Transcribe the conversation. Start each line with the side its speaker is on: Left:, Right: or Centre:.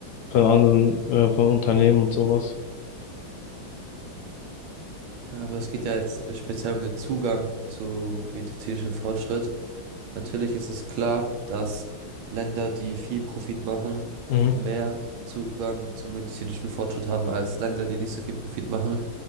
Left: von anderen, äh, von Unternehmen und sowas.
Right: Ja, Aber es geht ja jetzt äh, speziell um den Zugang zu medizinischem Fortschritt. Natürlich ist es klar, dass Länder, die viel Profit machen,
Left: Mhm.
Right: mehr Zugang zum medizinischen Fortschritt haben als Länder, die nicht so viel Profit machen.